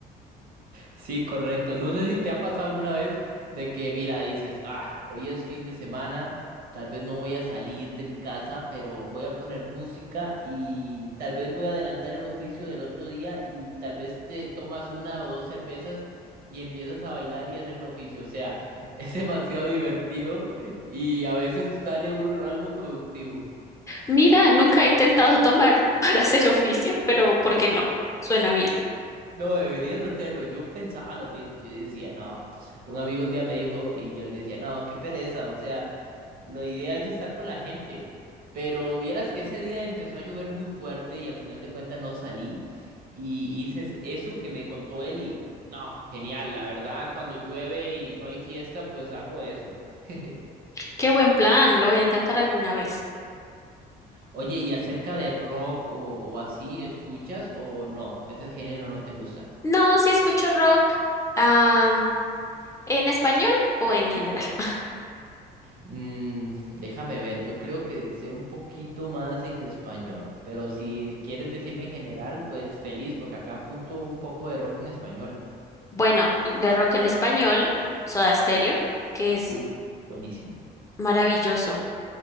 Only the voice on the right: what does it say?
Sí, correcto. No sé si te ha pasado alguna vez de que, mira, dices, ah, hoy es fin de semana, tal vez no voy a salir de mi casa, pero voy a poner música y tal vez voy a adelantar el oficio del otro día y tal vez te tomas una o dos cervezas y empiezas a bailar y hacer el oficio. O sea, <laughs> es demasiado divertido y a veces sale uno algo productivo.
No, deberías hacerlo. Yo pensaba lo mismo. Yo decía, no. Un amigo un día me dijo y yo le decía, no, qué pereza. O sea, la idea es estar con la gente. Pero vieras que ese día empezó a llover muy fuerte y al final de cuentas no salí. Y hice es- eso que me contó él y no, genial. La verdad, cuando llueve y no hay fiesta, pues hago eso. <laughs>
Oye, ¿y acerca de rock o, o así, escuchas o no? ¿Ese género no te gusta?
Mm, déjame ver, yo creo que sé un poquito más en español, pero si quieres decirme en general, pues feliz, porque acá apunto un poco de rock en español.
Uf, buenísimo.